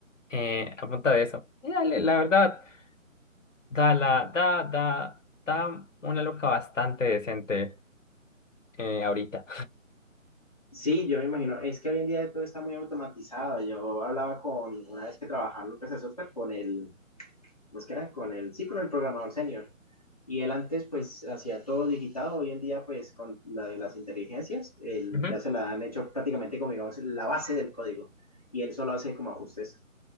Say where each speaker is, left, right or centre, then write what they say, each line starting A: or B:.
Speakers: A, on the left; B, on the left.
A: eh, a punta de eso. Y dale, la verdad, da, la, da, da, da una loca bastante decente eh, ahorita.
B: Sí, yo me imagino, es que hoy en día todo está muy automatizado. Yo hablaba con, una vez que trabajaba en una empresa de software, con el, pues que era con el, sí, con el programador senior. Y él antes pues hacía todo digitado, hoy en día pues con la de las inteligencias, él,
A: Ujú.
B: ya se la han hecho prácticamente como digamos la base del código y él solo hace como ajustes.